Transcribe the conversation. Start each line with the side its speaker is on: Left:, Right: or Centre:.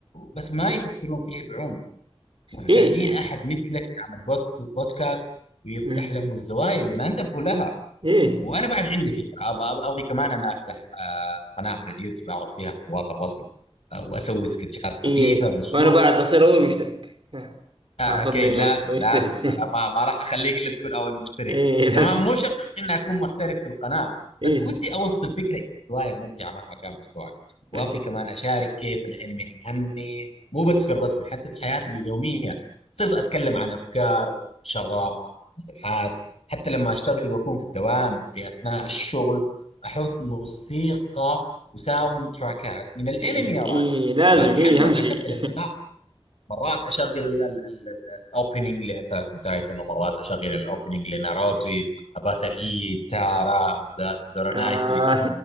Left: بس ما يفكرون فيه بعمق ومحتاجين
Right: إيه
Left: أحد مثلك يعمل بوت- بودكاست ويفتح
Right: أمم.
Left: لهم الزوايا اللي ما انتبهوا لها
Right: إيه
Left: وانا بعد عندي فكره أبغى- أبغى- ابغي كمان انا افتح آه، قناه على اليوتيوب اعرض فيها خطوات الرسم آه، واسوي سكتشات خفيفه
Right: اي اي
Left: باسلوب
Right: وانا بعد اصير اول مشترك ها.
Left: آه،
Right: هاخذني
Left: اكيد لازم
Right: اول مشترك
Left: لازم انا ما ما راح اخليك الا تكون اول مشترك
Right: <laughs> اي لازم
Left: كمان مو شرط اني اكون محترف في القناه بس
Right: اي
Left: ودي اوصل فكره هوايه ممتعه مهما كان مستواك وابغي
Right: اوكي
Left: كمان اشارك كيف الانمي الهمني مو بس في الرسم حتى في حياتي اليوميه صرت اتكلم عن افكار شغاف عن الحاد حتى لما أشتغل وأكون في الدوام في أثناء الشغل أحط موسيقى وساوند تراكات من الأنمي
Right: اي
Left: يا راجل
Right: إي، لازم
Left: وأتحمس
Right: اي همشي
Left: أكمل المهام مرات أشغل الأوبننج لأتاك أون تايتن ومرات أشغل الأوبننج لناروتو أباتا إي تارا
Right: <laughs>
Left: مدارونايتو
Right: آه.